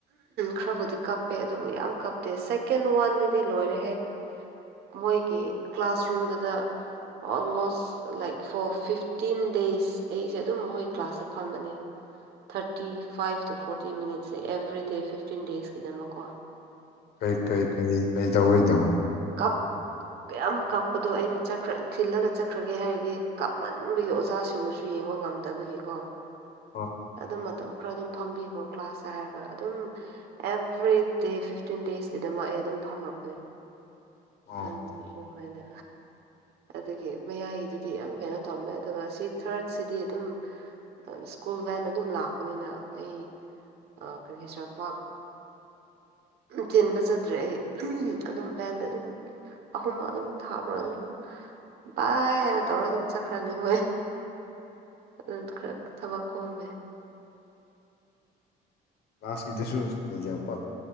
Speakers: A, on the right (about 70°); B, on the left (about 70°).
A: ꯈꯔꯕꯨꯗꯤ ꯀꯞꯄꯦ ꯑꯗꯨꯕꯨ ꯌꯥꯝ ꯀꯞꯇꯦ ꯁꯦꯀꯦꯟ ꯋꯥꯟꯗꯨꯗꯤ ꯂꯣꯏꯔꯦꯍꯦ ꯃꯣꯏꯒꯤ ꯀ꯭ꯂꯥꯁꯔꯨꯝꯗꯨꯗ almost like four fifteen days ꯑꯩꯁꯦ ꯑꯗꯨꯝ ꯃꯣꯏ ꯀ꯭ꯂꯥꯁꯇ ꯐꯝꯕꯅꯦ ꯊꯥꯔꯇꯤ ꯐꯥꯏꯚ ꯇꯨ ꯐꯣꯔꯇꯤ ꯃꯤꯅꯤꯠꯁꯦ ꯑꯦꯕ꯭ꯔꯤꯗꯦ ꯐꯤꯐꯇꯤꯟ ꯗꯦꯁꯀꯤꯗꯃꯛꯀꯣ
B: ꯀꯩ ꯀꯩ ꯀꯩ ꯀꯩ ꯇꯧꯕꯩꯅꯣ
A: ꯀꯞ ꯀꯌꯥꯝ ꯀꯥꯞꯄꯗꯣ ꯑꯩꯅ ꯆꯠꯈ꯭ꯔ ꯊꯤꯜꯂꯒ ꯆꯠꯈ꯭ꯔꯒꯦ ꯍꯥꯏꯔꯗꯤ ꯀꯥꯞꯃꯟꯕꯒꯤ ꯑꯣꯖꯥꯁꯤꯡꯅꯁꯨ ꯌꯦꯡꯕ ꯉꯝꯗꯦ ꯉꯥꯝꯗꯕꯒꯤꯀꯣ
B: ꯍ <inaudible>
A: ꯑꯗꯨꯝ ꯃꯇꯝ ꯈꯔ ꯑꯗꯨꯝ ꯐꯝꯕꯤꯈꯣ ꯀ꯭ꯂꯥꯁꯇ ꯍꯥꯏꯔꯒ ꯑꯗꯨꯝ ꯑꯦꯕ꯭ꯔꯤꯗꯦ ꯐꯤꯞꯇꯤꯟ ꯗꯦꯖꯀꯤꯗꯃꯛ ꯑꯩ ꯑꯗꯨꯝ ꯐꯝꯔꯛꯄꯅꯤ
B: ꯑꯣ
A: ꯑꯗꯨꯝꯃꯥꯢꯅ ꯑꯗꯨꯒꯤ ꯃꯌꯥꯏꯒꯤꯗꯨꯗꯤ ꯌꯥꯝ ꯕꯦꯔꯥ ꯇꯧꯃꯦ ꯑꯗꯨꯒ ꯁꯤ ꯊꯥꯔꯠꯁꯤꯗꯤ ꯑꯗꯨꯝ ꯁ꯭ꯀꯨꯜ ꯚꯦꯟ ꯑꯗꯨꯝ ꯂꯥꯛꯄꯅꯤꯅ ꯑꯩ ꯈꯔ ꯍꯩꯁ꯭ꯔꯥ ꯄꯥꯛ ꯊꯤꯟꯕ ꯆꯠꯇ꯭ꯔꯦ ꯑꯩ ꯑꯗꯨꯝ ꯚꯦꯟꯗ ꯑꯗꯨꯝ ꯑꯍꯨꯝꯃꯛ ꯑꯗꯨꯝ ꯊꯥꯕ꯭ꯔꯣ ꯑꯗꯨꯝ ꯚꯏ ꯍꯥꯏꯅ ꯇꯧꯔ ꯑꯗꯨꯝ ꯆꯠꯈ꯭ꯔꯅꯤ ꯃꯣꯏ ꯑꯗꯨ ꯈꯔ ꯊꯕꯛ ꯀꯣꯝꯃꯦ
B: ꯂꯥꯁꯀꯤꯗꯨꯁꯨ ꯁ꯭ꯀꯨꯜꯁꯦ ꯌꯥꯝ ꯄꯥꯛ